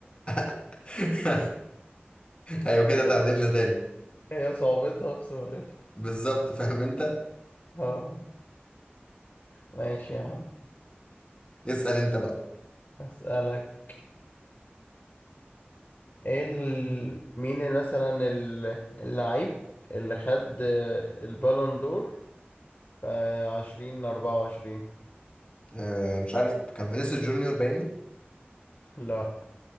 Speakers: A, on the left; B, on the left.
A: <laughs> ايوه كده
B: <laughs>
A: تعديلنا تاني
B: هي صعوبتها بسهولتها
A: بالظبط فاهم انت
B: اه ماشي يا عم
A: اسال انت بقى
B: اسألك ايه ال... مين مثلا ال- اللعيب اللي خد البالون دور في عشرين أربعة وعشرين
A: آه مش عارف كان فينيسيوس جونيور باينني
B: لا